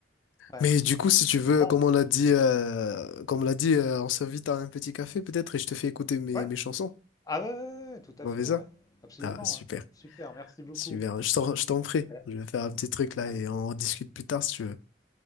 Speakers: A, on the left; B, on the left.
A: Ouais.
B: Mais du coup, si tu veux,
A: Bon,
B: comme
A: mais-
B: on l'a dit, euh, comme
A: ouais.
B: on l'a dit, euh, on s'invite à un petit café peut-être et je te fais écouter mes,
A: Ouais.
B: mes chansons.
A: Ah ouais, ouais, ouais, tout à
B: On
A: fait,
B: fait ça?
A: ouais. Absolument.
B: Ah, super.
A: hein. Super, merci beaucoup.
B: Super. Je t'en, je t'en prie.
A: Ouais.
B: Je vais faire un petit truc là
A: Allez.
B: et on en discute plus tard si tu veux.